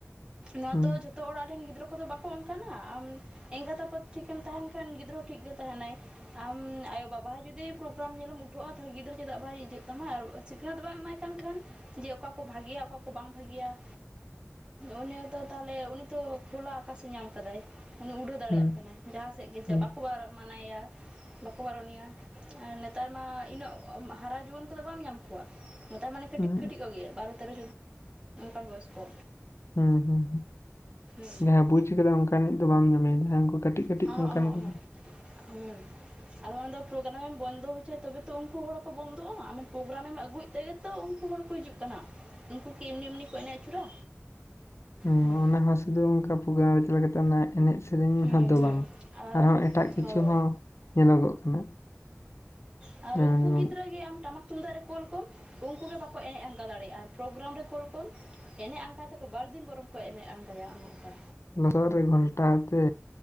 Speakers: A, on the right; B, on the left.
A: ᱱᱚᱣᱟ
B: ᱦᱩᱸ
A: ᱛᱚ ᱡᱷᱚᱛᱚ ᱚᱲᱟᱜ ᱨᱮᱱ ᱜᱤᱫᱨᱟᱹ ᱠᱚᱫᱚ ᱵᱟᱠᱚ ᱚᱱᱠᱟᱱᱟ ᱟᱢ ᱮᱸᱜᱟᱛ ᱟᱯᱟᱛ ᱴᱷᱤᱠᱮᱢ ᱛᱟᱦᱮᱱ ᱠᱷᱟᱱ ᱜᱤᱫᱽᱨᱟᱹ ᱴᱷᱤᱠ ᱜᱮ ᱛᱟᱦᱮᱱᱟᱭ ᱟᱢ ᱟᱭᱳᱼᱵᱟᱵᱟ ᱡᱩᱫᱤ ᱯᱨᱳᱜᱨᱟᱢ ᱧᱮᱞᱮᱢ ᱩᱴᱷᱟᱜ-ᱟ ᱛᱟᱦᱞᱮ ᱜᱤᱫᱨᱟᱹ ᱪᱮᱫᱟᱜ ᱵᱟᱭ ᱤᱡᱟᱹᱜ ᱛᱟᱢᱟ ᱟᱨ ᱥᱤᱠᱷᱱᱟᱹᱛ ᱵᱟᱭ ᱮᱢᱟᱭ ᱠᱟᱱ ᱠᱷᱟᱱ ᱡᱮ ᱚᱠᱟ ᱠᱚ ᱵᱷᱟᱹᱜᱤᱭᱟ ᱚᱠᱟ ᱠᱚ ᱵᱟᱝ ᱵᱷᱟᱹᱜᱤᱭᱟ᱾ ᱩᱱᱤ ᱛᱚ ᱛᱟᱦᱞᱮ ᱩᱱᱤ ᱛᱚ ᱠᱷᱳᱞᱟ ᱟᱠᱟᱥᱮ ᱧᱟᱢ ᱟᱠᱟᱫᱟᱭ ᱩᱱᱤ ᱩᱰᱷᱟᱹᱣ ᱫᱟᱲᱮᱭᱟᱜ
B: ᱦᱩᱸ
A: ᱠᱟᱱᱟᱭ ᱡᱟᱦᱟᱸ ᱥᱮᱫ ᱜᱮ ᱪᱟ
B: ᱦᱩᱸ
A: ᱵᱟᱠᱚ ᱢᱟᱱᱟᱣᱮᱭᱟ ᱵᱟᱠᱚ ᱵᱟᱨᱚᱱᱮᱭᱟ ᱟᱨ ᱱᱮᱛᱟᱨ ᱢᱟ ᱩᱱᱟᱹᱜ ᱦᱟᱨᱟ ᱡᱩᱣᱟᱹᱱ ᱠᱚᱫᱚ ᱵᱟᱢ ᱧᱟᱢ ᱠᱚᱣᱟ ᱱᱮᱛᱟᱨ ᱢᱟᱱᱮ ᱠᱟᱹᱴᱤᱡ
B: ᱦᱩᱸ
A: ᱠᱟᱹᱴᱤᱡ ᱠᱚᱜᱮ ᱵᱟᱨᱚ ᱛᱮᱨᱚ ᱪᱚᱫᱳ ᱚᱱᱠᱟᱱ ᱵᱚᱭᱚᱥ ᱠᱚ
B: ᱦᱮᱸ ᱦᱩᱸ
A: ᱦᱩᱸ
B: ᱡᱟᱦᱟᱸ ᱵᱩᱡ ᱟᱠᱟᱫᱟ ᱚᱱᱠᱟᱱᱤᱡ ᱫᱚ ᱵᱟᱢ ᱧᱟᱢᱮᱭᱟ ᱡᱟᱦᱟᱸᱭ ᱩᱱᱠᱩ ᱠᱟᱹᱴᱤᱡ ᱠᱟᱹᱴᱤᱡ
A: <unintelligible>
B: ᱚᱱᱠᱟᱱ ᱠᱚᱜᱮ
A: ᱦᱩ ᱟᱫᱚ ᱚᱱᱟᱫᱚ ᱯᱨᱳᱜᱨᱟᱢᱮ ᱮᱢ ᱵᱚᱱᱫᱚ ᱯᱨᱳᱜᱨᱟᱢ ᱵᱚᱱᱫᱚ ᱦᱚᱪᱚᱭᱟ ᱛᱚᱵᱮ ᱛᱚ ᱩᱱᱠᱩ ᱦᱚᱲ ᱦᱚᱸᱠᱚ ᱵᱚᱱᱫᱚᱜ-ᱟ᱾ᱟᱢ ᱯᱨᱳᱜᱨᱟᱢᱮ ᱮᱢ ᱟᱹᱜᱩᱭᱮᱫ ᱛᱮᱜᱮ ᱛᱚ ᱩᱱᱠᱩ ᱦᱚᱲ ᱠᱚ ᱦᱤᱡᱩᱜ ᱠᱟᱱᱟ, ᱩᱱᱠᱩ ᱠᱤ ᱮᱢᱱᱤ ᱮᱢᱱᱤ ᱠᱚ ᱮᱱᱮᱡ ᱟᱹᱪᱩᱨᱟ?
B: ᱦᱸ
A: ᱦᱩᱸ
B: ᱚᱱᱟ ᱦᱚᱸ ᱥᱩᱫᱩ ᱚᱱᱠᱟ ᱯᱨᱳᱜᱨᱟᱢ ᱨᱮ ᱪᱟᱞᱟᱣ ᱠᱟᱛᱮᱜ ᱚᱱᱟ ᱮᱱᱮᱡ ᱥᱮᱨᱮᱧ
A: ᱦᱩᱸ
B: ᱦᱚᱸ ᱫᱚ ᱵᱟᱝ᱾
A: ᱟᱨ
B: ᱟᱨᱦᱚᱸ ᱮᱴᱟᱜ ᱠᱤᱪᱷᱩ
A: ᱦᱳᱭ
B: ᱦᱚᱸ ᱧᱮᱞᱚᱜᱚᱜ ᱠᱟᱱᱟ,
A: ᱟᱨ
B: ᱡᱮᱢᱚᱱ
A: ᱩᱱᱠᱩ ᱜᱤᱫᱽᱨᱟᱹ ᱜᱮ ᱟᱢ ᱴᱟᱢᱟᱠ ᱛᱩᱢᱫᱟᱜ ᱨᱮ ᱠᱳᱩᱞ ᱠᱚᱢ ᱩᱱᱠᱩ ᱜᱮ ᱵᱟᱠᱚ ᱮᱱᱮᱡ ᱟᱝᱠᱟ ᱫᱟᱲᱮᱭᱟᱜ-ᱟ, ᱟᱨ ᱯᱨᱳᱜᱨᱟᱢ ᱨᱮ ᱠᱳᱞ ᱠᱚᱢ ᱮᱱᱮᱡ ᱟᱸᱜᱟᱭ ᱛᱮᱟᱠᱚ ᱵᱟᱨᱫᱤᱱ ᱵᱚᱨᱚᱝᱠᱚ ᱮᱱᱮᱡ ᱟᱸᱜᱟᱭᱟ ᱚᱱᱮ ᱚᱱᱠᱟ᱾
B: ᱞᱚᱥᱚᱫ ᱨᱮ ᱜᱷᱞᱴᱟ ᱛᱮ